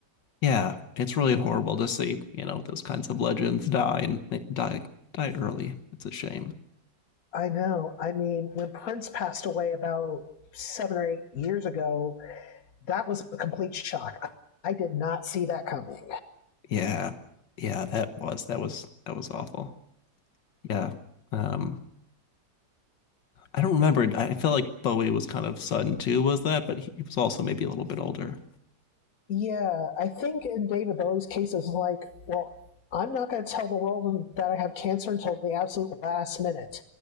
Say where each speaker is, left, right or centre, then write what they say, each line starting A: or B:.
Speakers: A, on the left (about 85°); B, on the left (about 55°).
A: Yeah, it's really horrible to see, you know, those kinds of legends die and die die early. It's a shame.
B: I know. I mean, when Prince passed away about seven or eight years ago, that was a complete shock. I, I did not see that coming.
A: Yeah, yeah, that was that was that was awful. Yeah. Um, I don't remember. I I feel like Bowie was kind of sudden too, was that? But he was also maybe a little bit older.
B: Yeah, I think in David Bowie's case, it's like, well, I'm not going to tell the world that I have cancer until the absolute last minute.